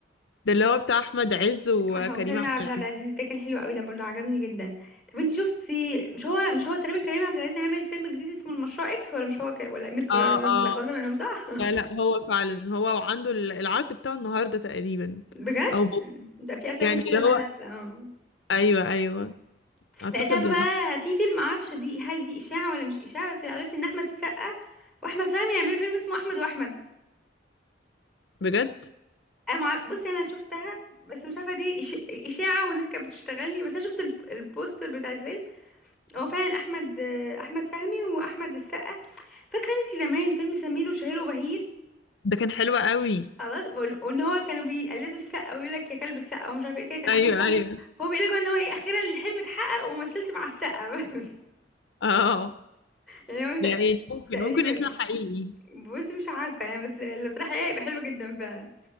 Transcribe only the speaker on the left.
ده اللي هو بتاع احمد عز وكريم
عبد
العزيز
اه
اه
لا لا هو فعلا هو وعنده ال- العرض بتاعه النهارده تقريبا
او بو-
يعني
اللي
هو
ايوه ايوه اعتقد
يعني
بجد
ده كان حلو قوي
ايوه
ايوه
اه
يعني ممكن
ممكن يطلع حقيقي